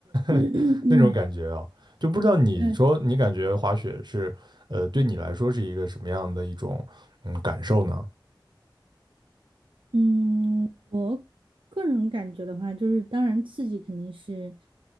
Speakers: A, on the right; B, on the right.
A: <clears throat>
B: <laughs>
A: 嗯
B: 那种感觉啊，就不知道你说你感觉滑雪是呃对你来说是一个什么样的一种嗯感受呢？
A: 对，嗯，我个人感觉的话，就是当然刺激肯定是